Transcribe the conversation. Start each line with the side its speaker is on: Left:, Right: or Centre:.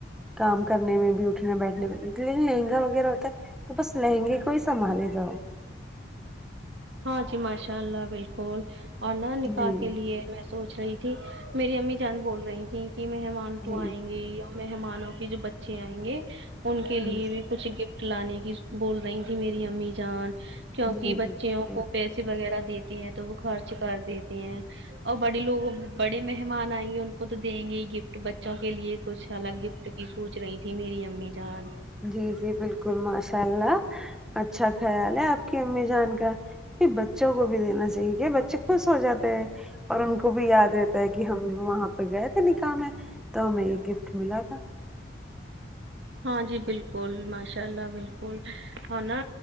Centre: کام کرنے میں بھی اٹھنے بیٹھنے میں لیکن لہنگا وغیرہ ہوتا ہے تو بس لہنگے کو ہی سنبھالے جاؤ
Right: ہاں جی ماشاء اللہ بالکل اور نہ نکاح
Centre: جی
Right: کے لیے میں سوچ رہی تھی میری امی جان بول رہی تھیں کہ مہمان تو
Centre: جی
Right: آئیں گے مہمانوں کے جو بچے آئیں گے ان کے
Centre: جی
Right: لیے بھی کچھ گفٹ لانے کی بول رہی تھی میری امی جان کیونکہ
Centre: جی بالکل
Right: بچ کو پیسے وغیرہ دیتی ہیں تو وہ خرچ کر دیتی ہیں اور بڑے لوگ بڑے مہمان آئیں گے ان کو تو دیں گے ہی گفٹ بچوں کے لیے کچھ الگ گفٹ کی سوچ رہی تھی میری امی جان
Centre: جی جی بالکل ماشاء اللہ اچھا خیال ہے آپ کی امی جان کا بچوں کو بھی دینا چاہیے کہ بچ چے خوش ہو جاتے ہیں اور ان کو خب یاد رہتا ہے کہ ہم وہاں پہ گئے تھے نکاح میں تو ہمیں یہ گفٹ ملا تھا
Right: ہاں جی بالکل ماشاء اللہ بالکل اور نا